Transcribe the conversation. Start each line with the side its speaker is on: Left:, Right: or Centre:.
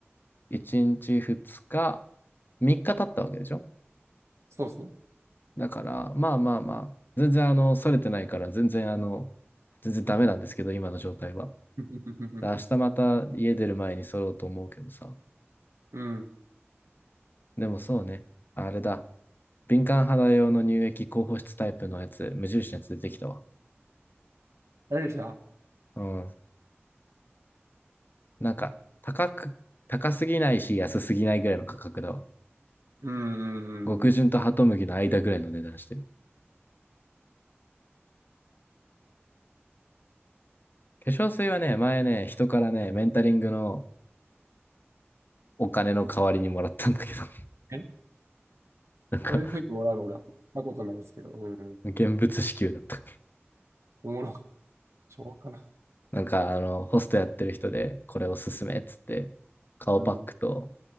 Left: 1日2日、3日経ったわけでしょ
Right: そうですね。
Left: だから、まあまあまあ、全然あの、それてないから、全然あの、全然ダメなんですけど、今の状態は。
Right: <laughs>
Left: 明日また家出る前に揃おうと思うけどさ。
Right: うん。
Left: でもそうね、あれだ。敏感肌用の乳液高保湿タイプのやつ、無印のやつ出てきたわ。
Right: あれでした
Left: うん。なんか、高く、高すぎないし、安すぎないぐらいの価格だわ。
Right: うんうんうんうん。
Left: 極潤とハトムギの間ぐらいの値段してる。化粧水はね、前ね、人からね、メンタリングのお金の代わりにもらったんだけど、<laughs>
Right: え
Left: なんか、
Right: そういうふうにもらうの俺は、なことないですけど。うん。
Left: 現物支給だった。
Right: おもろ、しょうがかな。
Left: なんか、あの、ホストやってる人で、これおすすめっつって、顔パックと
Right: うん。